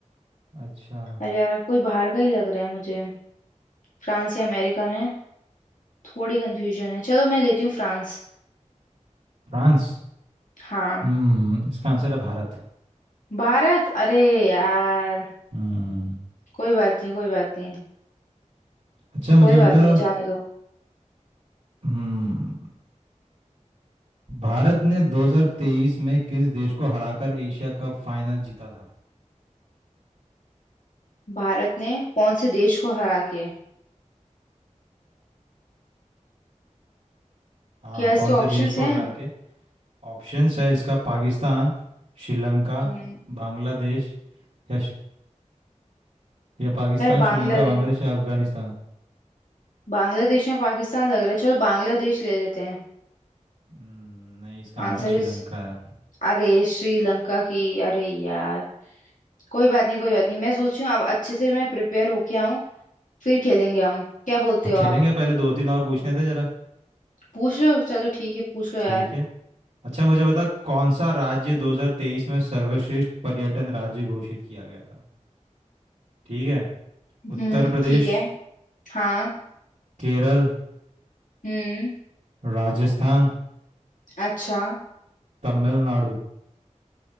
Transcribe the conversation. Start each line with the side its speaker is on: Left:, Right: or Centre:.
Right: अच्छा
Left: अरे यार कोई बाहर का ही लग रहा है मुझे फ्रांस या अमेरिका में थोड़ी कंफ्यूजन है चलो मैं लेती हूँ फ्रांस
Right: फ्रांस
Left: हाँ
Right: हम्म इसका आंसर है भारत
Left: भारत अरे यार
Right: हम्म
Left: कोई बात नहीं कोई बात नहीं
Right: अच्छा मुझे
Left: कोई बात
Right: बता
Left: नहीं जाने दो
Right: हम्म भारत ने 2023 में किस देश को हराकर एशिया कप फाइनल जीता था
Left: भारत ने कौन से देश को हरा के
Right: हाँ
Left: क्या इसके
Right: कौन
Left: ऑप्शंस
Right: से देश को
Left: हैं
Right: हरा के ऑप्शंस है इसका पाकिस्तान श्रीलंका
Left: हम्म,
Right: बांग्लादेश या या पाकिस्तान
Left: यार बांग्लादेश
Right: श्रीलंका बांग्लादेश या अफगानिस्तान
Left: बांग्लादेश या पाकिस्तान लग रहा है चलो बांग्लादेश ले लेते हैं
Right: हम्म, नहीं इसका
Left: आंसर
Right: आंसर श्रीलंका
Left: इज
Right: है
Left: अरे श्रीलंका की अरे यार कोई बात नहीं कोई बात नहीं मैं सोच रही हूँ अब अच्छे से मैं प्रिपेयर होके आऊँ फिर खेलेंगे हम क्या बोलते
Right: हाँ,
Left: हो
Right: खेलेंगे
Left: आप
Right: पहले दो तीन और पूछने थे जरा
Left: पूछ लो चलो ठीक है पूछ लो
Right: ठीक
Left: यार
Right: है अच्छा मुझे बता कौन सा राज्य 2023 में सर्वश्रेष्ठ पर्यटन राज्य घोषित किया गया था ठीक है उत्तर
Left: हम्म
Right: प्रदेश
Left: ठीक है हाँ
Right: केरल
Left: हम्म
Right: राजस्थान
Left: अच्छा
Right: तमिलनाडु